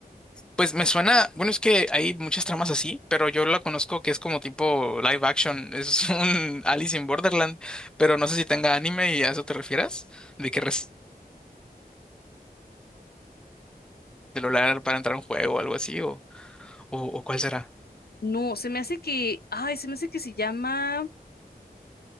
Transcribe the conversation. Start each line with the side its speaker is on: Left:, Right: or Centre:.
Centre: Pues me suena, bueno, es que hay muchas tramas así, pero yo la conozco que es como tipo live action, es <laughs> un Alice in Borderland, pero no sé si tenga anime y a eso te refieras, de que res- celular para entrar a un juego o algo así, o, o, o cuál será.
Left: no, se me hace que, ay, se me hace que se llama,